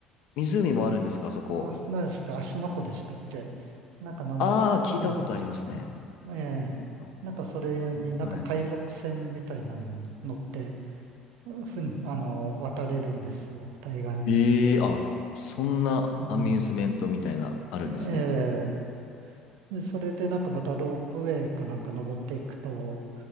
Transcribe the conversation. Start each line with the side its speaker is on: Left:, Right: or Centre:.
Left: 湖もあるんですか、
Right: うん
Left: あそこ。
Right: あ、何でした芦ノ湖でしたっけなんかなん、
Left: ああ、聞いたことありますね。
Right: ええええなんかそれになんか海賊船みたいなのに乗って、
Left: あ全然はい。
Right: ふん、あの、渡れるんですよ、対岸に。
Left: ええあ、そんなアミューズメントみたいな、
Right: うん。
Left: あるんですね。
Right: ええでそれでなんかまたロープウェイかなんか登っていくと、